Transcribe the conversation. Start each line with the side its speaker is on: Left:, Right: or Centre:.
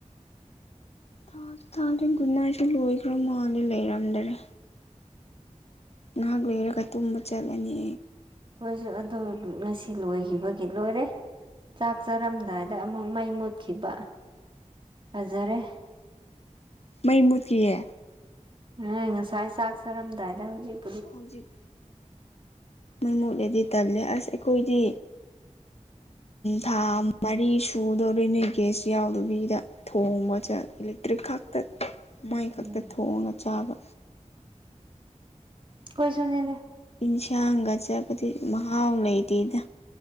Left: ꯊꯥ ꯊꯥꯗꯦ ꯒꯨꯗ ꯅꯥꯏꯠꯁꯨ ꯂꯣꯏꯈ꯭ꯔ ꯃꯥꯜꯜꯂꯤꯦ ꯂꯩꯔꯝꯗꯔꯦ ꯉꯥꯏꯍꯥꯛ ꯂꯩꯔꯒ ꯇꯨꯝꯕ ꯆꯠꯂꯅꯤ
Right: ꯑꯩꯈꯣꯏꯁꯨ ꯑꯗꯨ ꯉꯁꯤ ꯂꯣꯏꯈꯤꯕꯒꯤ ꯂꯣꯏꯔꯦ ꯆꯥꯛ ꯆꯥꯔꯝꯗꯥꯏꯗ ꯑꯃꯨꯛ ꯃꯩ ꯃꯨꯠꯈꯤꯕ ꯐꯖꯔꯦ
Left: ꯃꯩ ꯃꯨꯀꯤꯌꯦ
Right: ꯍ ꯉꯁꯥꯏ ꯆꯥꯛ ꯆꯥꯔꯝꯗꯥꯏꯗ ꯍꯧꯖꯤꯛ
Left: ꯍꯧꯖꯤꯛ ꯃꯩ ꯃꯣꯠꯂꯗꯤ ꯇꯜꯂꯦ ꯑꯁ ꯑꯩꯈꯣꯏꯗꯤ
Right: <inaudible>
Left: ꯊꯥ ꯃꯔꯤ ꯁꯨꯗꯧꯔꯤ ꯅꯣꯏ ꯒꯦꯁ ꯌꯥꯎꯗꯕꯤꯗ ꯊꯣꯡꯕ ꯆꯠ ꯇ꯭ꯔꯤꯛꯈꯥꯛꯇ ꯃꯣꯏ ꯈꯛꯇ
Right: ꯎꯝ
Left: ꯊꯣꯡꯉꯒ ꯆꯥꯕ
Right: ꯀꯣꯏꯁꯨꯅꯅꯦꯦ
Left: ꯏꯟꯁꯥꯡꯒ ꯆꯠꯄꯗꯤ ꯃꯍꯥꯎ ꯂꯩꯇꯦꯗ